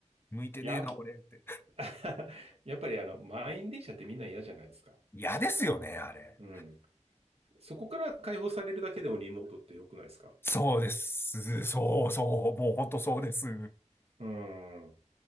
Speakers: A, on the left (about 20°); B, on the right (about 55°).
A: 向いてねえな、
B: やっぱ、
A: 俺って。
B: <laughs> やっぱりあの、満員電車ってみんな嫌じゃないですか。
A: 嫌ですよね、あれ。
B: うん。そこから解放されるだけでもリモートって良くないですか。
A: そうです。そうそう。もう本当そうです。
B: うん。